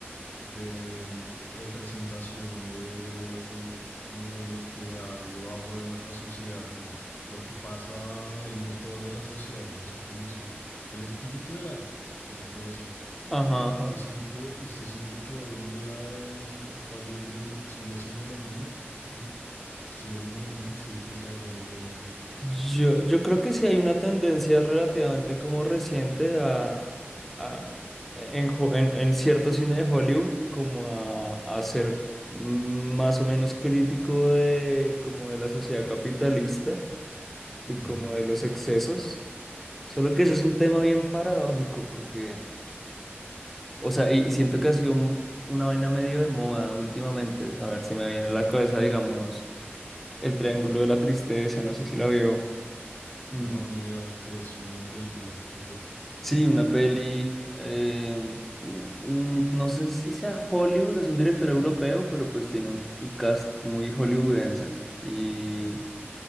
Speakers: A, on the left (about 50°); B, in the centre.
A: de representación de, de, de como de lo que hay debajo de la sociedad o lo que pasa, el motor de la sociedad, no sé cómo decirlo. El espíritu de la época, si se puede decir.
B: Ajá, ajá.
A: ¿Usted siente, usted siente que hoy en día el, el Hollywood sigue haciendo lo mismo? Mm, ¿Sigue haciendo lo mismo? ¿Usted qué piensa de Hollywood hoy en día?
B: Yo, yo creo que sí hay una tendencia relativamente como reciente a, a- en, ho- en, en cierto cine de Hollywood como a, a ser más o menos crítico de como de la sociedad capitalista y
A: Ujú.
B: como de los excesos. Solo que ese es un tema bien paradójico porque, o sea, y, y siento que ha sido un- una vaina medio de moda últimamente. A ver si me viene a la cabeza, digamos, el Triángulo de la Tristeza, no sé si la vio. Mm,
A: No, ni idea, ¿Qué es una película. Ok.
B: Sí, una peli. eh, un- un- no sé si sea Hollywood, es un director europeo, pero pues tiene un, un cast muy hollywoodense. Y,